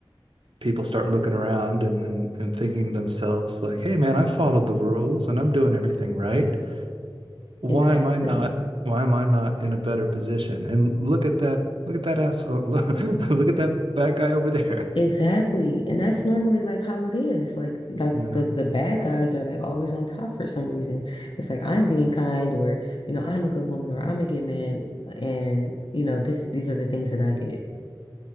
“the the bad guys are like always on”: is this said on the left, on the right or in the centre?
Left